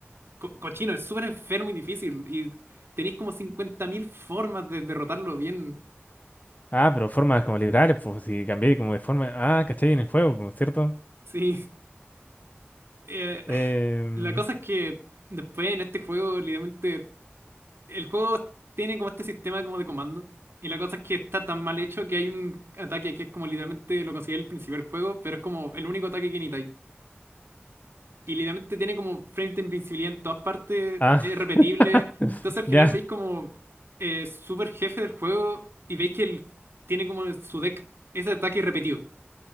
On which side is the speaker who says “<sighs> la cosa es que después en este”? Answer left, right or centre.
Right